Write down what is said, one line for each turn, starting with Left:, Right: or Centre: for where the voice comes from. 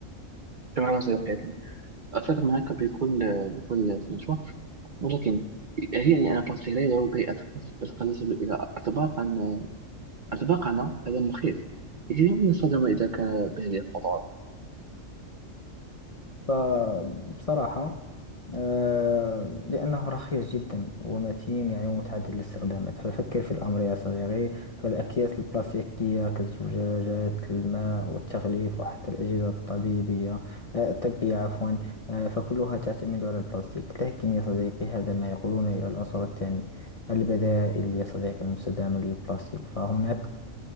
Right: تماما صديقي أتفق معك بكل بكل سمجوة ولكن هي يعني أنا بلاستيك لا يضر بأتحس بالقليل إلى أطباقا أطباقنا هذا مخيف لكن يمكن استخدامه إذا كان بهذه الخطوات
Left: فبصراحة آه، لأنه رخيص جدا ومتين يعني ومتعدد الاستخدامات ففكر في الأمر يا صديقي فالأكياس البلاستيكية كالزجاجات الماء والتغليف وحتى الأجهزة الطبيبية آه، الطبية عفوا آه، فكلها تعتمد على البلاستيك لكن يا صديقي هذا ما يقودنا إلى العنصر الثاني البدائل يا صديقي المستدامة للبلاستيك فهناك